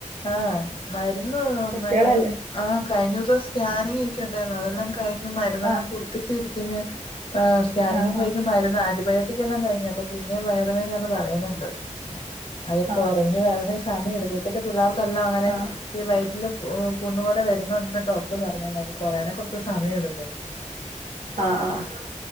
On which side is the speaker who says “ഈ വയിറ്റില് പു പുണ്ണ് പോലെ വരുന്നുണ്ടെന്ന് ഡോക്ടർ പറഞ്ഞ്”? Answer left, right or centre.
Left